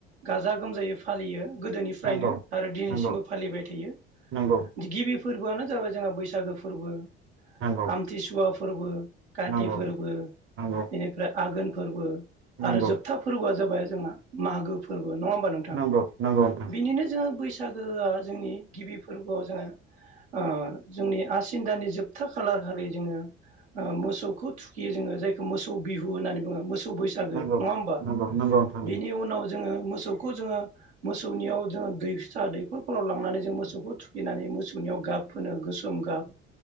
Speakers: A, on the right; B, on the right.
A: गाजा गोमजायै फालियो गोदोनिफ्रायनो
B: नंगौ
A: आरो दिनैसिमबो
B: नंगौ
A: फालिबाय थायो
B: नंगौ
A: गिबि फोरबोआनो जाबाय जोंहा बैसागो फोरबो
B: नंगौ
A: आम्थिसुवा फोरबो। खाथि
B: नंगौ
A: फोरबो
B: नंगौ
A: बिनिफ्राय आघोन फोरबो
B: नंगौ
A: आरो जोबथा फोरबोआ जाबाय जोंहा मागो फोरबो नङा होमबा नोंथां
B: नंगौ नंगौ नोंथां
A: बिनिनो जोङो बैस बैसागोआ जोंनि गिबि फोरबोआव जोङो ओ जोंनि आसिन दान्नि जोबथा खालार खालि जोङो ओ मो मोसौखौ थुखियो जोङो जायखौ मोसौ बिहु होननानै बुङो मोसौ बैसागो
B: नंगौ
A: नङा होमबा
B: नंगौ नंगौ नोंथां
A: बिनि उनाव जों जोङो मोसौखौ जोङो मोसौनियाव जोङो दै फिसा दैखरफोराव लांनानै जों मोसौखौ थुखिनानै मोसौनियाव गाब फोनो गोसोम गाब